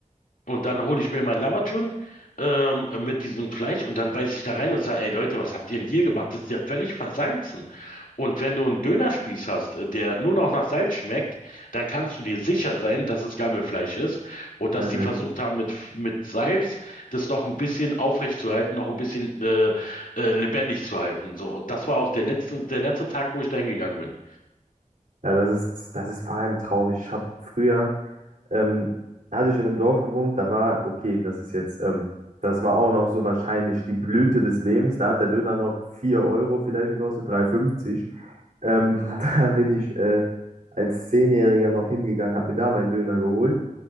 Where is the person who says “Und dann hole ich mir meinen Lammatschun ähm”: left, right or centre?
Left